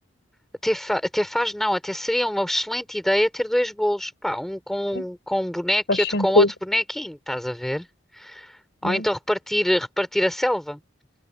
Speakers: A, in the centre; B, on the left.
A: até fa- até faz, não, até seria uma excelente ideia ter dois bolos. Pá, um com,
B: Sim,
A: com um boneco
B: faz
A: e outro
B: sentido,
A: com outro bonequinho, estás a ver? Ou
B: yeah.
A: então repartir, repartir a selva.